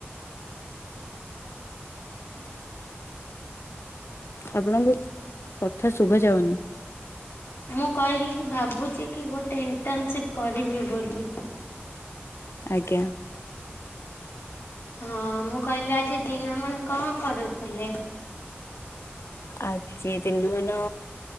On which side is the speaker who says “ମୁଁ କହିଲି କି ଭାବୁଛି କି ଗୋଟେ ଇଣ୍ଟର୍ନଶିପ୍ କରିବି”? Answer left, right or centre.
Left